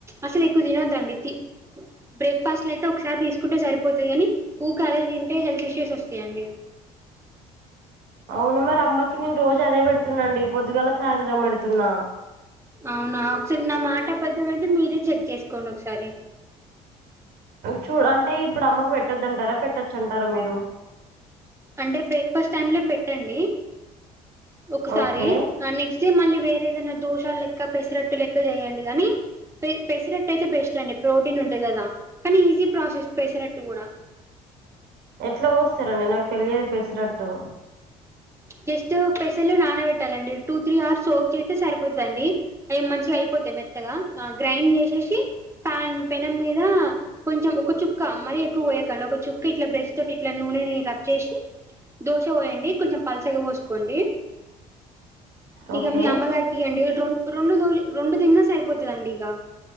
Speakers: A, on the right; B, on the right.
A: అసలు ఎక్కువ తినొద్దండి బ్రేక్ఫాస్ట్ అయితే ఒకసారి తీసుకుంటే సరిపోతుది కాని ఊక అదే తింటే హెల్త్ ఇష్యూస్ వస్తాయండి
B: అవును మరి అమ్మకి నేను రోజు అదే పెడుతున్నాండి పొద్దుగాల సాయంత్రం పెడుతున్నా
A: అవునా ఒకసారి నా మాట అబద్ధం అయితే మీరుే చెక్ చేసుకోండి ఒకసారి
B: చూ అంటే ఇప్పుడు అమ్మకు పెట్టొదుంటారా పెట్టొచ్చు అంటారా మీరు
A: అంటే బ్రేక్ఫాస్ట్ టైమ్ లో పెట్టండి ఒకసారి
B: ఓకే
A: ఆ నెక్స్ట్ డే మళ్ళీ వేరేదైనా దోషాలు లెక్క పెసరట్టు లెక్క చేయండి కానీ పె పెసిరట్ అయితే బెస్ట్ అండి ప్రోటీన్ ఉంటుంది కదా కానీ ఈజీ ప్రాసెస్ పెసిరట్టు కూడా
B: ఎట్లా పోస్తారండి నాకు తెలియదు పేసరట్టు
A: జస్ట్ పెసర్లు నానబెట్టాలండి టూ త్రీ అవర్స్ సోక్ చేస్తే సరిపోతదండి అవి మంచిగా అయిపోతాయి మెత్తగా గ్రైండ్ చేసేసి ప్యాన్ పెనం మీద కొంచెం ఒక చుక్క మరీ ఎక్కువ పోయకండి ఒక చుక్క ఇట్లా బ్రష్ తోటి ఇట్లా నూనెని రబ్ చేసి దోశ పోయండి కొంచెం పలసగా పోసుకోండి
B: ఓకే
A: ఇక మీ అమ్మగారికి ఇండి రొండు రొండో రోజ రొండు తిన్నా సరిపోతతుందండి ఇక